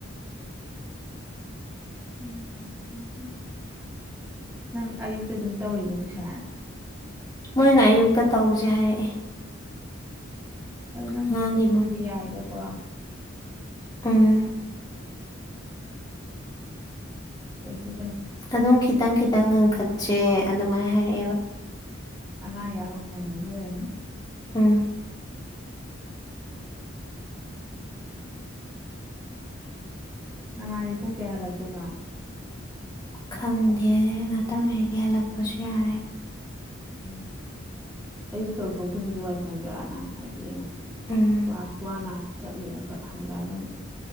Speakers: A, in the centre; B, on the left (about 20°).
A: ꯎꯝ ꯍꯝꯣꯏ ꯅꯪ ꯑꯌꯨꯛꯇ ꯑꯗꯨꯝ ꯇꯧꯔꯤꯕꯗꯨꯁꯦ
B: ꯃꯣꯏꯅ ꯑꯌꯨꯛꯇ ꯇꯧꯁꯦ ꯍꯥꯏꯔꯛꯑꯦ
A: ꯑꯗꯨ ꯅꯪꯒꯤ
B: ꯑꯉꯥꯡꯒꯤ
A: ꯄꯨꯡꯗꯨꯗꯤ ꯌꯥꯏꯗꯀꯣ
B: ꯑꯝ
A: ꯀꯁꯨ
B: ꯑꯗꯨꯝ ꯈꯤꯇꯪ ꯈꯤꯇꯪ ꯉꯟꯈꯠꯁꯦ ꯑꯗꯨꯃꯥꯏꯅ ꯍꯥꯏꯔꯛꯑꯦꯕ
A: ꯑꯅꯥ ꯌꯥꯍꯧ ꯉꯟꯅꯕ ꯑꯣꯏꯔꯝꯃꯤ
B: ꯎꯝ
A: ꯅꯃꯥꯟꯕꯤ ꯄꯨꯡ ꯀꯌꯥ ꯍꯜꯂꯛꯇꯣꯏꯅꯣ
B: ꯈꯪꯗꯦ ꯉꯍꯥꯛꯇꯪꯅꯗꯤ ꯍꯜꯂꯛꯄꯁꯨ ꯌꯥꯔꯦ
A: ꯎꯝ ꯑꯩ ꯇꯧꯊꯣꯛꯁꯤꯅꯗꯤ ꯋꯥꯏ ꯁꯪꯗ꯭ꯔꯥꯅ ꯍꯥꯏꯗꯤ ꯌꯦꯡꯉ
B: ꯎꯝ
A: ꯀ ꯀꯋꯥꯅ ꯆꯠꯂꯨꯔꯒ ꯍꯜꯂꯛꯑꯒ ꯑꯃꯨꯛ